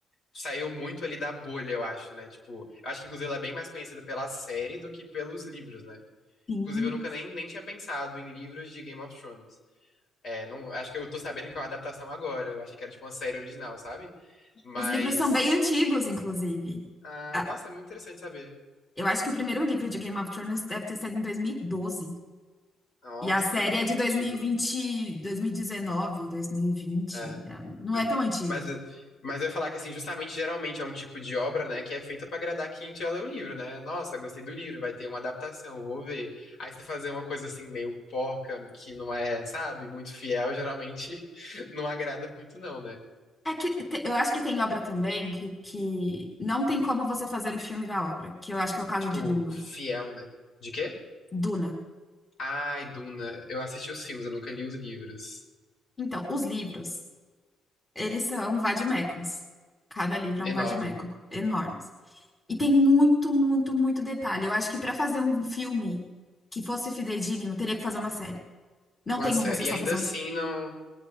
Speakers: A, on the left; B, on the left.
A: saiu muito ali da bolha, eu acho, né? Tipo, eu acho que inclusive ela é bem mais conhecida pela série do que pelos livros, né?
B: Sim.
A: Inclusive, eu nunca nem, nem tinha pensado em livros de Game of Thrones. É, não, acho que eu tô sabendo que é uma adaptação agora. Eu achei que era tipo uma série original, sabe? Mas.
B: Os livros são bem antigos, inclusive.
A: Ah,
B: Ah,
A: nossa, é muito interessante saber.
B: Eu acho que o primeiro livro de Game of Thrones deve ter saído em dois mil e doze
A: Nossa,
B: E a série é de
A: é
B: dois
A: antigo.
B: dois mil e vinte, dois mil e dezenove, dois mil e vinte,
A: É,
B: 2020, 2019, 2020. né? Não
A: foi.
B: é tão antiga.
A: Mas, mas eu ia falar que, assim, justamente, geralmente é um tipo de obra, né, que é feita pra agradar quem já leu o livro, né? Nossa, gostei do livro, vai ter uma adaptação, vou ver. Aí você fazer uma coisa, assim, meio porca, que não é, sabe, muito fiel, geralmente <laughs> não agrada muito, não, né?
B: É que te- eu acho que tem obra também que, que não tem como você fazer o filme da obra, que eu acho que é o caso
A: Tipo,
B: de Duna.
A: fiel, né? De quê?
B: Duna.
A: Ai, Duna, eu assisti os filmes, eu nunca li os livros.
B: Então, os livros, eles são vademecums. Cada livro
A: Enorme.
B: é um vademecum, enormes. E tem muito, muito, muito detalhe. Eu acho que para fazer um filme que fosse fidedigno, teria que fazer uma série. Não
A: Uma
B: tem
A: série.
B: como você só
A: E ainda
B: fazer
A: assim,
B: um filme.
A: não.